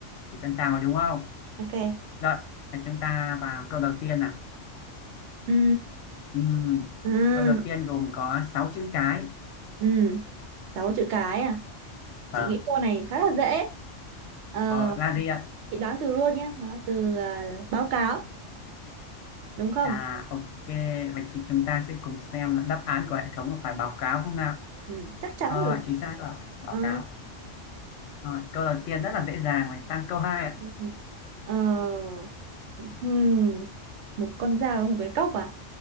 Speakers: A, on the left (about 75°); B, on the right (about 70°).
A: chị sẵn sàng rồi đúng không
B: Ok.
A: rồi thì chúng ta vào câu đầu tiên nào
B: Ừ,
A: Ừm,
B: ừ,
A: câu đầu tiên gồm có 6 chữ cái
B: ừ. Sáu chữ cái à?
A: ờ
B: Chị nghĩ câu này khá là dễ. Ờ,
A: ờ, là gì ạ
B: chị đoán từ luôn nhé. Nó từ à, báo cáo, đúng không?
A: à ok vậy thì chúng ta sẽ cùng xem đáp án của hệ thống có phải báo cáo không nào
B: Ừ, chắc chắn
A: ờ
B: là đúng.
A: chính xác rồi báo
B: Ờ,
A: cáo Rồi, câu đầu tiên rất là dễ dàng rồi sang câu hai ạ.
B: ok. ờ, hmm, một con dao và một cái cốc à?